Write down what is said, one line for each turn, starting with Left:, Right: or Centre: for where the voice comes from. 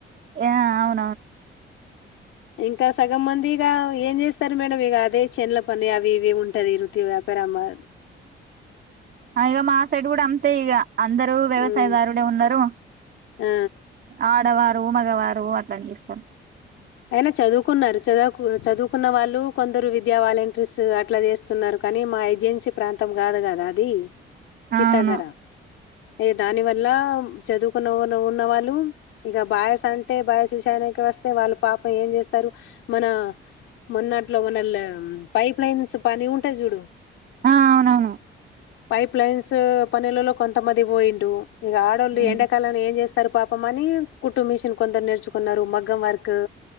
Right: యా అవున్
Left: ఇంకా సగం మందిగా ఏం చేస్తారు మేడం ఇక అదే చేన్ల పని అవి ఇవి ఉంటది వృత్తి వ్యాపారం అ
Right: అ ఇగ మా సైడ్ గూడా అంతే ఇగ అందరూ వ్యవసాయదారుడే
Left: ఉమ్
Right: ఉన్నారు
Left: ఆ
Right: ఆడవార్ రూ మగవారు అట్ల చేస్తరు
Left: అయినా చదువుకున్నరు చదువుకు చదువుకున్న వాళ్ళు కొందరు విద్యా వాలంటరీస్ అట్ల చేస్తున్నరు కనీ మా ఏజెన్సీ ప్రాంతం గాదు గదా అది చితాగర
Right: అవును
Left: ఏ దాని వల్లా చదువుకున్న ఉన్నవాళ్ళు ఇక బాయ్స్ అంటే బాయ్స్ విషయానికి వస్తే వాళ్ళు పాపం ఏం చేస్తరు మనా మొన్నట్లో మోనల్ పైప్ లైన్స్ పని ఉంటయ్ జూడు
Right: ఆ అవునవును
Left: పైప్ లైన్సు పనులలో కొంతమంది పోయిండ్రు ఇక ఆడోళ్ళు
Right: ఉమ్
Left: ఎండాకాలంలో ఏం జెస్ సారు పాపమని కుట్టు మిషన్ కొందరు నేర్చుకున్నరు మగ్గం వర్కు